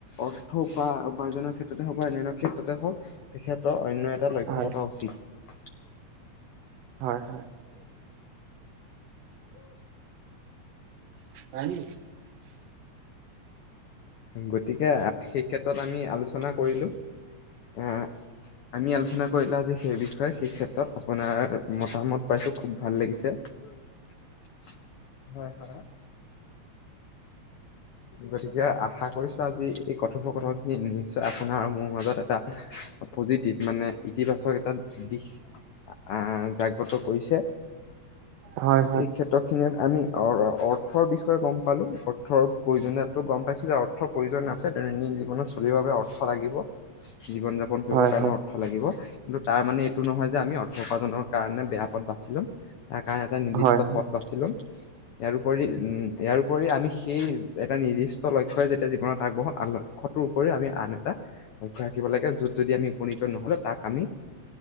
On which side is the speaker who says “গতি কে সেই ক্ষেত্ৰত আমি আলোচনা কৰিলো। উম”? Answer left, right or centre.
Left